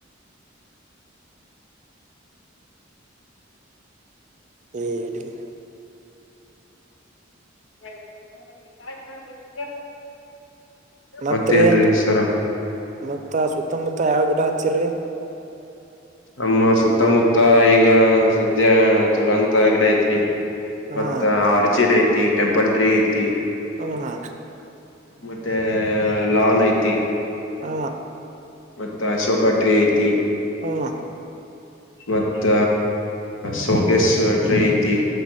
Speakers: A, on the right; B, on the left.
A: ಹ್ಮ ಅ
B: <inaudible>
A: ಮತ್ರಿ
B: ಮತ್ತೇನ್ರೀ ಸರ
A: ಮತ್ತ ಸುತ್ತಮುತ್ತ ಯಾವ ಗಿಡ ಹಚ್ಚಿರರಿ
B: ಅಮ್ಮ ಸುತ್ತಮುತ್ತ ಈಗ ಸದ್ಯ ತುರಂತ ಗಿಡ ಐತ್ರಿ
A: ಹಾ
B: ಮತ್ತ ಆರ್ಚಿಡ್ ಐತಿ ಟೆಂಪಲ್ ಟ್ರೀ ಐತಿ
A: ಹ ಹಾ
B: ಮತ್ತೆ ಲಾನ್ ಐತಿ
A: ಆ
B: ಮತ್ತ ಅಶೋಕ ಟ್ರಿ ಐತಿ
A: ಹ
B: ಮತ್ತ ಸೌಕೆಸ್ ಟ್ರೀ ಐತಿ